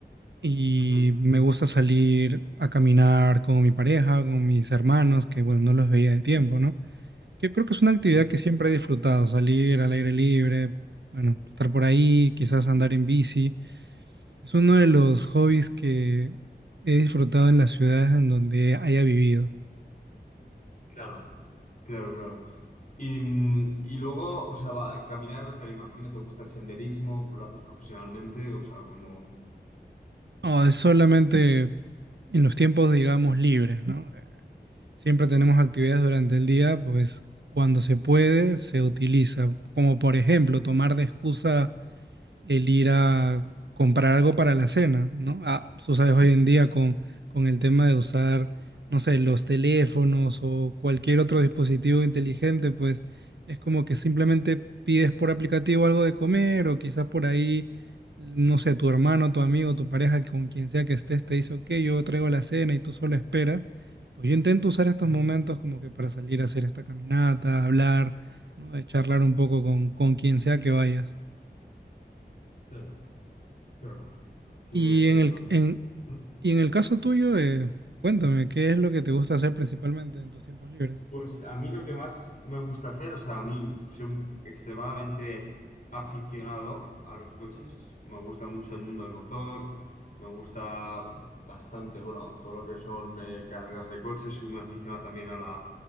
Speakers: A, on the right; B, on the left.
A: Y
B: ujú,
A: me gusta salir a caminar con mi pareja, con mis hermanos, que bueno, no los veía de tiempo, ¿no? Yo creo que es una actividad
B: Sí,
A: que siempre he disfrutado, salir al aire libre, bueno, estar por ahí, quizás andar en bici. Es uno de los
B: ujú,
A: hobbies que he disfrutado en las ciudades en donde haya vivido.
B: Claro, claro, claro. Y, mm, y luego, o sea, va, caminar, pero imagino te gusta el senderismo, lo haces profesionalmente, o sea, como...
A: No, es solamente en los tiempos, digamos, libres, ¿no? Siempre
B: Sí,
A: tenemos actividades durante el día, pues cuando se puede, se utiliza. Como por ejemplo, tomar de excusa el ir a comprar algo para la cena, ¿no? Ah, tú sabes, hoy en día con, con el tema de usar, no sé, los teléfonos o cualquier otro dispositivo inteligente, pues es como que simplemente pides por aplicativo algo de comer o quizás por ahí, no sé, tu hermano, tu amigo, tu pareja, con quien sea que estés, te dice, ok, yo traigo la cena y tú solo esperas. Pues yo intento usar estos
B: ujú,
A: momentos como que para salir a hacer esta caminata, hablar, ¿no? Eh, charlar un poco con, con quien sea que vayas.
B: Claro, claro. Tiene,
A: Y
B: tiene
A: en el,
B: todo el sentido.
A: en,
B: ¿Mm?
A: y en el caso tuyo, eh, cuéntame, ¿qué es lo que te gusta hacer principalmente en tus tiempos libres?
B: Pues a mí lo que más me gusta hacer, o sea, a mí soy extremadamente aficionado a los coches, me gusta mucho el mundo del motor, me gusta bastante, bueno, todo lo que son eh, carreras de coches, soy muy aficionado también a la,